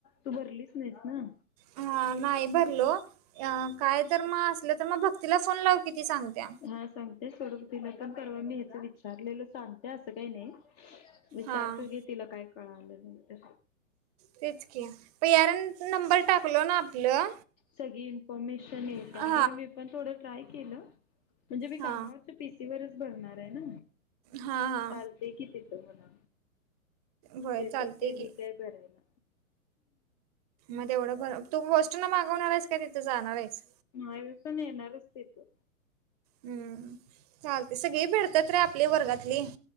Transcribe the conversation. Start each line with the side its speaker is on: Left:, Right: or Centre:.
Left: तू भरलीच नाहीस ना.
Right: ह नाही भरलो काय तर मग असलं तर मग भक्तीला फोन लाव किती सांगत्या.
Left: हा सांगते स्वरूप दिला पण परवा मी हच विचारलेलो सांगते असं काही नाही. विचारतो
Right: हा
Left: की तिला काय कळालं नाही..
Right: तेच क प यार नंबर टाकलो ना आपलं..
Left: सगळी इन्फॉर्मेशन येत
Right: हा
Left: होय मी पण थोडं ट्राय केलं.. म्हणजे मी कामावरच्या
Right: हा
Left: पीसीवररच भरणार आहे ना
Right: हा हा
Left: चालत.. दे कीच येत म्हणा
Right: होय
Left: देतात
Right: चालते
Left: तेनी
Right: की
Left: काय भरायला.
Right: मग तेवढं भर तू बस्टू ना मागवणार आहेस का तिथे जाणार आहेस.
Left: हवी पण येणारच तथू.
Right: हम्म चालते सगळी भेडतात रे आपले वर्गातली.